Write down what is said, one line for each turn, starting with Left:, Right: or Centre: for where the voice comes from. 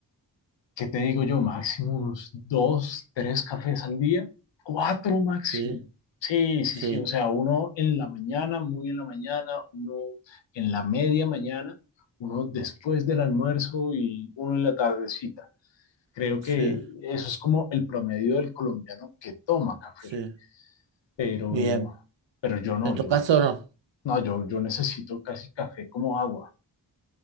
Left: ¿Qué te digo yo? Máximo unos dos, tres cafés al día, cuatro máximo.
Right: Sí,
Left: Sí, sí,
Right: sí.
Left: sí, o sea, uno en la mañana, muy en la mañana, uno en la media mañana, uno después del almuerzo y uno en la tardecita. Creo
Right: Sí.
Left: que eso es como el promedio del colombiano que toma café,
Right: Sí,
Left: pero,
Right: bien.
Left: pero yo no,
Right: En tu
Left: yo,
Right: caso no.
Left: no, yo, yo necesito casi café como agua.